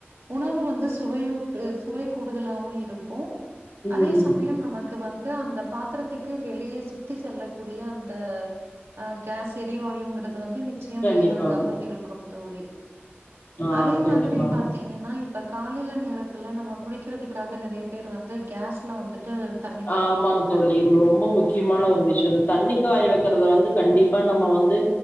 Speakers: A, on the right; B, on the left.
A: உணவு வந்து சுவையூட்டு சுவை கூடுதலாவு இருக்கு
B: ம்
A: அதே சமயம் நம க்கு வந்து அந்த பாத்தரத்துக்கு வெளிய சுத்தி செல்லக்கூடிய அந்த அ கேஸ் எரிவாயுங்கறது வந்து நிச்சயம்
B: கண்டிப்பாங்க
A: வீணாகாம இருக்கும் தோழி.
B: ஆ
A: அதே
B: கண்டிப்பாங்க
A: மாதிரி பாத்தீங்கன்னா இ ப்ப காலைல நேரத்துல நம்ம குளிக்கிறதுக்காக நெறைய பேர் வந்து கேஸ்ல வந்துட்டு தண்ணி காய
B: ஆமாங்
A: வைப்பாங்க.
B: தோழி. ம்ப ரொம்பொ முக்கியமான ஒரு விஷ்யோ இது தண்ணி காய வெக்கறத வந்து கண்டிப்பா நம்ம வந்து